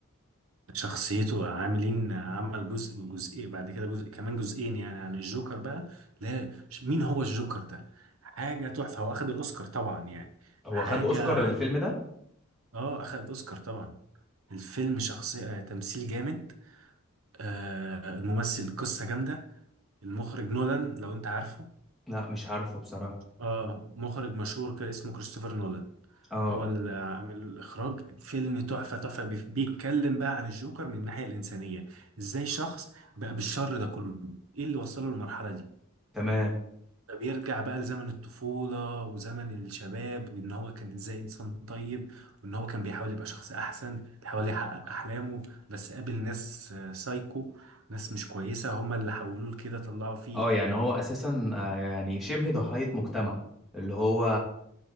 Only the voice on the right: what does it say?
شخصيته عاملين عمل جزء وجزئين بعد كده جزء كمان جزئين يعني عن الجوكر بقى لا ش- مين هو الجوكر ده حاجة تحفة هو اخد الاوسكار طبعا يعني
حاجة
اه اخد الاوسكار طبعا الفيلم شخصية آه، تمثيل جامد آه الممثل قصة جامدة المخرج نولان لو انت عارفه
اه مخرج مشهور كان اسمه كريستوفر نولان
هو اللي عامل الاخراج فيلم تحفه تحفه بي- بيتكلم بقى عن الجوكر من الناحيه الانسانيه ازاي شخص بقى بالشر ده كله ايه اللي وصله للمرحله دي
فبيرجع بقى لزمن الطفوله وزمن الشباب وان هو كان ازاي انسان طيب وان هو كان بيحاول يبقى شخص احسن بيحاول يحقق احلامه بس قابل ناس آه، سايكو ناس مش كويسه هما اللي حولوه لكده طلعوا فيه